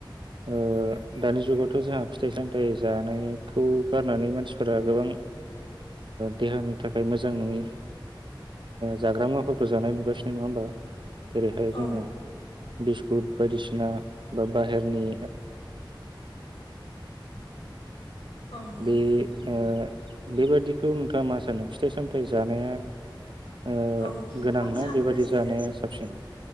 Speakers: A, on the right; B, on the left.
A: ओ दानि जुगावथ' जोंहा फिथाइ सामथाइ जानायखौ गारनानै मानसिफोरा गोबां देहानि थाखाय मोजां नङि जाग्रा मुवाफोरखौ जानाय नुगासिनो नङा होमबा जेरैहाय जोङो
B: औ
A: बिस्कुट बायदिसिना बा बाहेरनि
B: औ नंगौ
A: बे ओ बेबादि बेखौ नोंथाङा मा सानो फिथाइ सामथायाइ जानाया
B: औ
A: गोनांना
B: आं सानो
A: बेबादि
B: जे
A: जानाया साबसिन